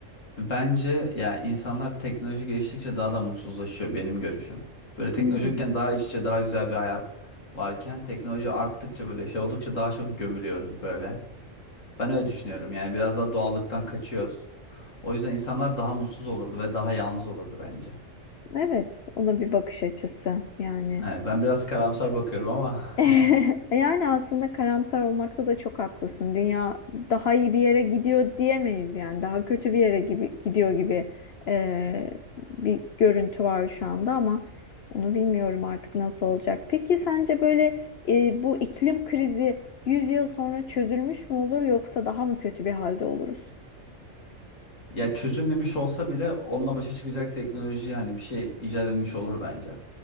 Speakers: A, on the left; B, on the left.
A: Bence ya insanlar teknoloji geliştikçe daha da mutsuzlaşıyor benim görüşüm. Böyle teknoloji
B: Hmm,
A: yokken daha iç içe daha güzel bir hayat varken teknoloji arttıkça böyle şey oldukça daha çok gömülüyoruz böyle. Ben öyle düşünüyorum yani biraz daha doğallıktan kaçıyoruz. O yüzden insanlar daha mutsuz olurdu ve daha yalnız olurdu bence.
B: evet. O da bir bakış açısı yani.
A: Evet, ben biraz karamsar bakıyorum ama
B: <laughs>
A: <laughs>
B: Yani aslında karamsar olmakta da çok haklısın. Dünya daha iyi bir yere gidiyor diyemeyiz yani. Daha kötü bir yere gibi gidiyor gibi eee, bir görüntü var şu anda ama onu bilmiyorum artık nasıl olacak. Peki sence böyle eee, bu iklim krizi 100 yıl sonra çözülmüş mü olur yoksa daha mı kötü bir halde oluruz?
A: ya çözülmemiş olsa bile onunla başa çıkacak teknoloji hani bir şey icat edilmiş olur bence.